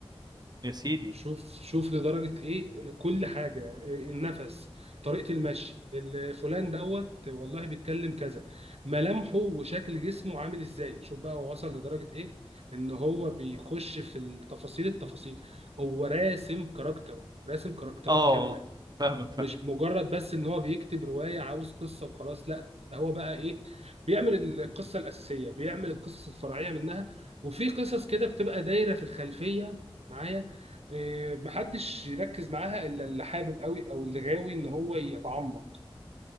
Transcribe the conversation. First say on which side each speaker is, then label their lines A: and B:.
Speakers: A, on the right; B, on the right.
A: يا سيدي
B: شوف شوف لدرجة ايه كل حاجة إيه النفس طريقة المشي ال- فلان دوت والله بيتكلم كذا ملامحه وشكل جسمه عامل ازاي شوف بقى هو وصل لدرجة ايه ان هو بيخش في التفاصيل التفاصيل هو راسم كاركتر راسم كاركترات
A: اه آه.
B: كاملة
A: فاهمك فاهم
B: مش مجرد بس ان هو بيكتب روايه عاوز قصه وخلاص لا ده هو بقى ايه بيعمل القصه الاساسيه بيعمل القصص الفرعيه منها وفي قصص كده بتبقى دايره في الخلفيه معايا إيه، محدش يركز معاها الا اللي حابب قوي او اللي غاوي ان هو يتعمق